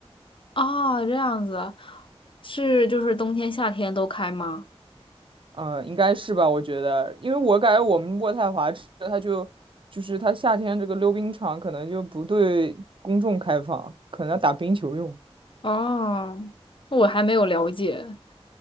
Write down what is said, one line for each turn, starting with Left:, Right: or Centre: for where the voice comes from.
Left: 哦，这样子，是就是冬天夏天都开吗？
Right: 嗯，呃应该是吧？我觉得，因为我感觉我们渥太华这它就就是它夏天这个溜冰场可能就不对公众开放，可能要打冰球用。
Left: 哦，我还没有了解。